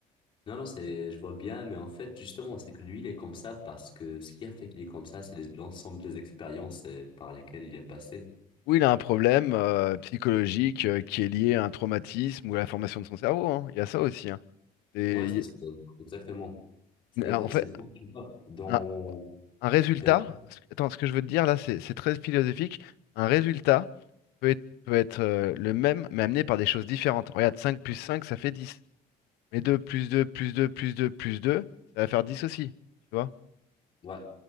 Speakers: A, on the left; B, on the left.
A: Non, non, c'est, je vois bien, mais en fait, justement, c'est que lui, il est comme ça parce que ce qui a fait qu'il est comme ça, c'est les- l'ensemble des expériences euh, par lesquelles il est passé.
B: Ou il a un problème euh, psychologique euh, qui est lié à un traumatisme ou à la formation de son cerveau. hein. Il y a ça aussi. hein. Et
A: Ouais, c'est
B: il
A: ça. Exactement. C'est,
B: y
A: de-
B: en fait,
A: c'est, de- tu vois, dans,
B: un, un résultat,
A: d'un-
B: ce que- attends, ce que je veux te dire là, c'est c'est très philosophique. Un résultat peut être, peut être euh, le même, mais amené par des choses différentes. Regarde, 5 plus 5, ça fait 10. Mais 2 plus 2 plus 2 plus 2 plus 2, ça va faire 10 aussi. Tu vois?
A: ouais,